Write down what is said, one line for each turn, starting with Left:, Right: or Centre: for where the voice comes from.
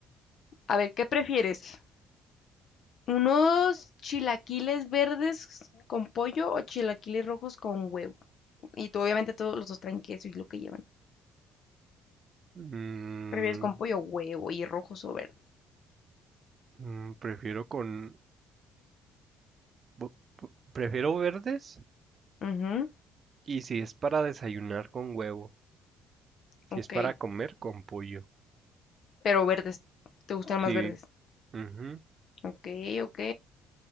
Left: A ver, ¿qué prefieres? ¿Unos chilaquiles verdes con pollo o chilaquiles rojos con huevo? Y tú, obviamente todos los dos traen queso y lo que llevan.
Right: Mm,
Left: ¿Prefieres con pollo, huevo y rojos o verdes?
Right: mm, prefiero con... bu- bu- Prefiero verdes
Left: Ujú,
Right: y si es para desayunar con huevo. Si
Left: ok,
Right: es para comer con pollo.
Left: pero verdes, te gustan más
Right: Sí.
Left: verdes.
Right: Ujú.
Left: Ok, ok,